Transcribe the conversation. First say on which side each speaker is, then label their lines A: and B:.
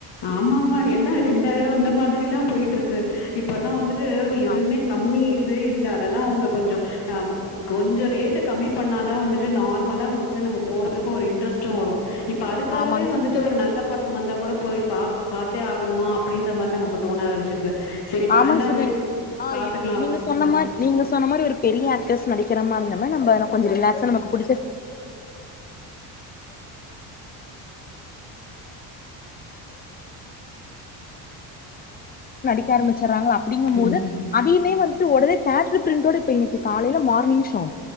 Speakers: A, on the left; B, on the left.
A: ஆமா ஆமா எல்லாம் ரெண்டாயிரம் இந்த மாதிரி எல்லாம் போயிட்டு இருக்கு இப்ப எல்லாம் வந்துட்டு எதுவுமே
B: ஆ
A: கம்மி ஏய் இல்ல அதெல்லாம் அவங்க கொஞ்சம் அஹ் கொஞ்சம் ரேட்ட கம்மி பண்ணாதான் வந்துட்டு நார்மலா வந்துட்டு நம்ம போறதுக்கும் ஒரு இன்ட்ரெஸ்ட்டும் வரும் இப்ப அதுக்காகவே
B: ஆமாங்க சிஸ்டர்
A: வந்துட்டு ஒரு நல்ல படமா வந்த கூட போய் பா பாத்தே ஆகணுமா அப்படின்ற மாதிரி நமக்கு தோண ஆரம்பிச்சிடுது சரி
B: ஆமாங
A: வேண்டாம்
B: சுதி
A: விடு.
B: ஆஹ்
A: பாத்துக்கலாம்
B: இப்
A: அப்படின்ற
B: நீங்க சொன்ன
A: மாரி.
B: மாி நீங்க சொன்ன மாதிரி ஒரு பெரிய ஆக் டர்ஸ் நடிக்கிறாமாரி இருந்தா கூட <inaudible> ராங்க அப்டிங்கு போது
A: ம்.
B: அதயுமே வந்துட்டு உடனே தேட்ர் பிரிண்டோட இப்ப இன்னைக்கு காலையல மார்னிங் ஷ